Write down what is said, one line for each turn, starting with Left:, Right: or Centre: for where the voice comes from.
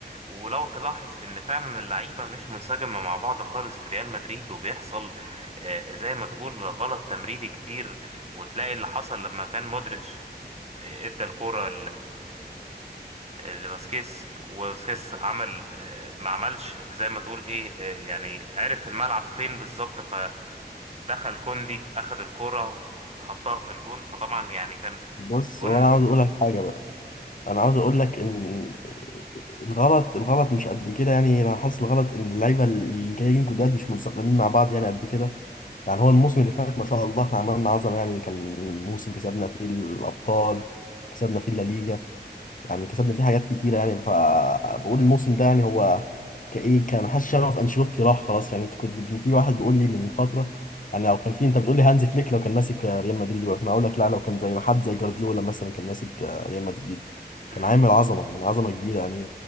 Right: ولو تلاحظ ان فعلا اللعيبه مش منسجمه مع بعض خالص في ريال مدريد وبيحصل آه، زي ما تقول غلط تمريري كتير وتلاقي اللي حصل لما كان مودريتش آه، ادى الكرة لباسكيس وباسكيس عمل آه، ما عملش زي ما تقول ايه آه، يعني عرف الملعب فين بالظبط فدخل كوندي اخذ الكرة وحطها في الجون فطبعا يعني كان
Left: بص
Right: جون
Left: هو انا عاوز اقول لك حاجه بقى انا عاوز اقول لك ان الغلط الغلط مش قد كده يعني انا حاسس الغلط ان اللعيبه اللي جايين جداد مش منسقمين مع بعض يعني قد كده يعني هو الموسم اللي فات ما شاء الله احنا عملنا عظمه يعني كان موسم كسبنا فيه الابطال كسبنا فيه الليجا يعني كسبنا فيه حاجات كتيرة يعني فبقول الموسم ده يعني هو كإيه كان حاسس شغف أنشيلوتي راح خلاص يعني أنت كنت في واحد بيقول لي من فترة يعني لو كان في أنت بتقول لي هانز فليك لو كان ماسك ريال مدريد دلوقتي أنا أقول لك لا لو كان زي حد زي جوارديولا مثلا كان ماسك ريال مدريد
Right: مم.
Left: كان عامل عظمة يعني عظمة كبيرة يعني